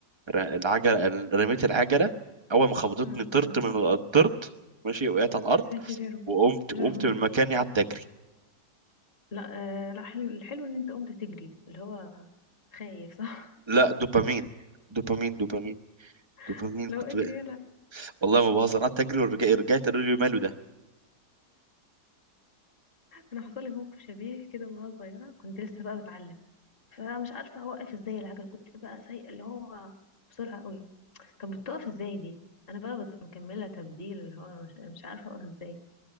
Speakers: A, on the right; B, on the left.
A: ر- العجلة رميت العجلة أول ما خبطتني
B: مم.
A: طرت
B: مم.
A: من ال- طرت ماشي وقعت على الأرض
B: يا ساتر يا رب
A: وقمت
B: يا
A: قمت
B: لهوي
A: من مكاني قعدت أجري
B: لا آه لا حلو الحلو ان انت قمت تجري اللي هو خايف صح
A: لا دوبامين دوبامين دوبامين دوبامين
B: <laughs>
A: كنت
B: لو اجري
A: بقى.
B: يلا
A: والله ما بهزر قعدت أجري ورجعت رجعت قالوا لي ماله ده
B: انا حصل لي موقف شبيه كده وانا صغيره كنت لسه بقى بتعلم فمش عارفة اوقف ازاي العجلة كنت بقى سايقة اللي هو بسرعة قوي طب بتقف ازاي دي انا بقى بك- مكملة تبديل اللي هو مش, مش عارفة اوقف ازاي